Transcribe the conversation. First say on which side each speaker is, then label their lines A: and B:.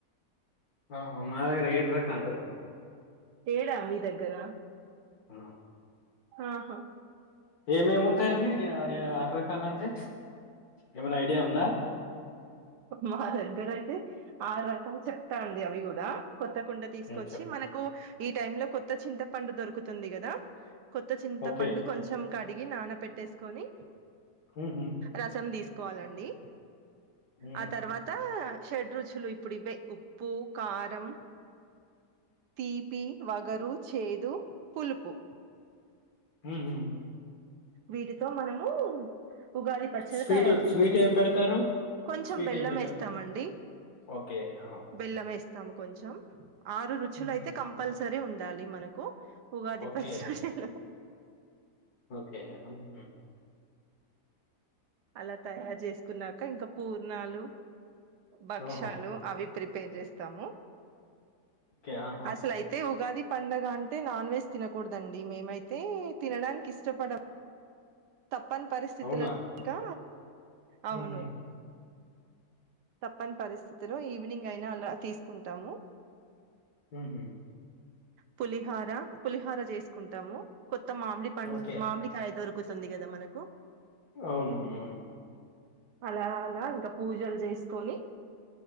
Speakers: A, on the left; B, on the right.
A: ఆహా! మా దగ్గర రకాలు.
B: ఏడా మీ దగ్గర
A: అ
B: ఆహా
A: ఏమేమి ఉంటాయండి ఆరు రకాల అంటే ఏమైనా ఐడియా ఉందా
B: మా దగ్గర అయితే ఆరు రకాలు చెప్తా అండి అవి కూడా కొత్త కుండ తీసుకొచ్చి
A: హ్మ్. చెప్పు.
B: మనకు ఈ ఈ టైం లో కొత్త చింత పండు దొరుకుతుంది కదా కొత్త చింత
A: ఓకే.
B: పండు కొంచెం కడి కడిగి నాన పెట్టేసుకొని
A: హుహు.
B: రసం తీసుకు కోవాలండి
A: హ్మ్.
B: ఆ తర్వాత షడ్ రుచులు ఇప్పుడు ఇవే ఉప్పు కారం తీపి వగరు చేదు పులుపు
A: ఊహు
B: వీటితో మనము ఉగాది పచ్చడి
A: స్వీటు
B: తయారు చేసుకుం
A: స్వీట్ ఏం పెడతారు?
B: కొంచెం
A: స్వీట్
B: బెల్లం
A: ఏం పెట్టరు?
B: వేస్తామండి
A: ఓకే. ఆహా!
B: బెల్లం వేస్ పెడతాము కొంచెం ఆరు రుచులు
A: హుహు.
B: అయితే కంపల్సరీ ఉం ఉండాలి మనకు ఉగాది
A: ఓకే.
B: పచ్చడిలో
A: <inaudible>
B: అలా తయారు చేసుకున్నాక ఇంకా పూర్ణాలు భక్షాలు
A: ఓహో!
B: అవి ప్రిపె పే చేస్తాము
A: ఓకే. ఆహా!
B: అసలయితే ఉ ఉగాది పండగ అంటే నాన్ వెజ్ తినకూడదండి మేమైతే తినడానికి ఇష్టపడము తప్పని పరిస్థితలలో
A: అవునా?
B: ఇంకా అవును
A: ఉహూ.
B: తప్పని పరిస్థితిలలొ ఈవినింగ్ అయినా అలా తీసుకుంటాము
A: ఉహు
B: పులిహార పులిహార చేసుకుంటాము మామిడి పండ్లు
A: ఓకే.
B: మామిడి కాయ వస్తుందిగద మనకు
A: అవును. హ్మ్.
B: అలా అలా ఇంకా పూజలు చేస్త కోని